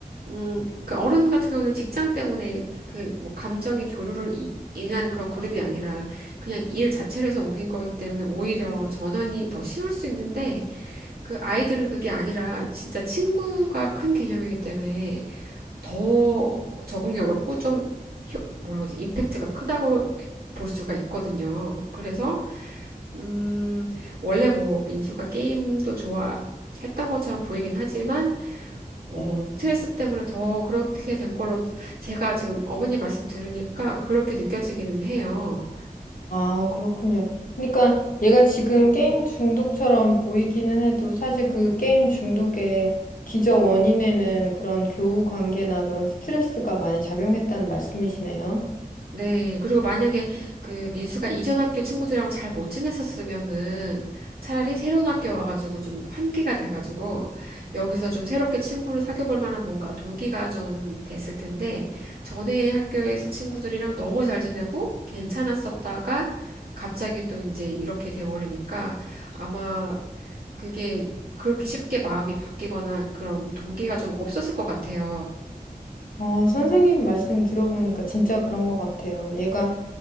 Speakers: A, on the right; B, on the left.
A: 음, 그 어른 같은 경우는 직장 때문에 그 뭐 감정의 교류를 이- 인한 그런 그룹이 아니라 그냥 일 자체를 해서 옮긴 거기 때문에 오히려 전환이 더 쉬울 수 있는데 그 아이들은 그게 아니라 진짜 친구가 큰 개념이기 때문에 더 적응이 어렵고 좀 효- 뭐라고 지 임팩트가 크다고 볼 수가 있거든요. 그래서 음, 원래 뭐 민수가 게임도 좋아했던 것처럼 보이긴 하지만, 어,
B: 네.
A: 스트레스 때문에 더 그렇게 된 걸로 제가 지금 어머니 말씀 들으니까 그렇게 느껴지기는 해요.
B: 아, 그렇군요. 그러니까 얘가 지금 게임 중독처럼 보이기는 해도 사실 그 게임 중독의 기저 원인에는 그런 교우 관계나 그런 스트레스가 많이 작용했다는 말씀이시네요.
A: 네. 그리고 만약에 그 민수가 이전 학교 친구들이랑 잘 못 지냈었으면은 차라리 새로운 학교 와가지고 좀 환기가 돼가지고 여기서 좀 새롭게 친구를 사귀어 볼 만한 뭔가 동기가 좀 됐을 텐데 전에 학교에서 친구들이랑 너무 잘 지내고 괜찮았었다가 갑자기 또 이제 이렇게 돼버리니까 아마 그게 그렇게 쉽게 마음이 바뀌거나 그런 동기가 좀 없었을 것 같아요.
B: 어, 선생님 말씀 들어보니까 진짜 그런 것 같아요. 얘가